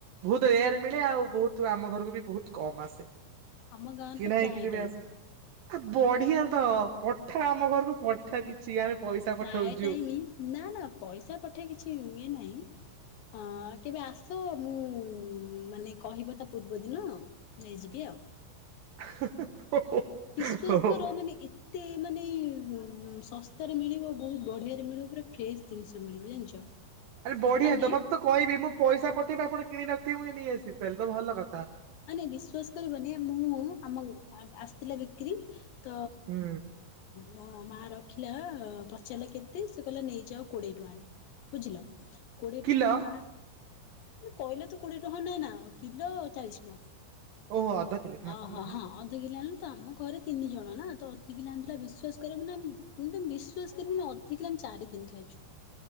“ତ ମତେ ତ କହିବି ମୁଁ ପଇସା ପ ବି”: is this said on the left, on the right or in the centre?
Right